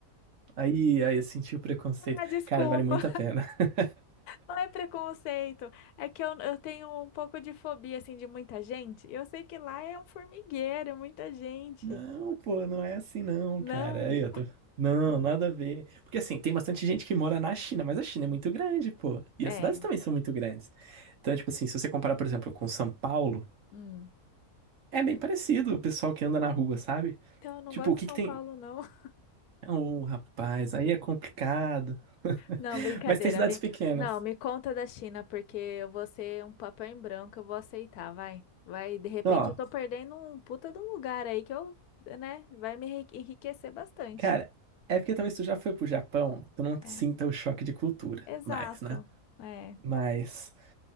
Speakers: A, on the right (about 60°); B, on the left (about 80°).
A: Aí, aí eu senti o preconceito.
B: ah, desculpa.
A: Cara, vale muito a pena. <laughs>
B: Não é preconceito, é que eu, eu tenho um pouco de fobia, assim, de muita gente. Eu sei que lá é um formigueiro, é muita gente.
A: Não, pô, não é assim não,
B: Não,
A: cara. Aí eu tô... Não, nada a ver. Porque assim, tem bastante gente que mora na China, mas a China é muito grande, pô. E
B: é.
A: as cidades também são muito grandes. Então, tipo assim, se você comparar, por exemplo, com São Paulo,
B: hum.
A: é bem parecido o pessoal que anda na rua, sabe?
B: Então, eu não
A: Tipo,
B: gosto
A: o que
B: de São
A: que tem.
B: Paulo, não. <laughs>
A: Então, Ô, rapaz, aí é complicado.
B: Não, brincadeira.
A: Mas tem cidades
B: Me,
A: pequenas.
B: não, me conta da China, porque eu vou ser um papel em branco, eu vou aceitar, vai. Vai, de repente
A: Ó,
B: eu tô perdendo um puta de um lugar aí que eu, né, vai me enri- enriquecer bastante.
A: cara, é porque talvez tu já foi pro Japão, tu não
B: É,
A: sinta o choque de cultura
B: exato.
A: mais, né?
B: É.
A: Mas,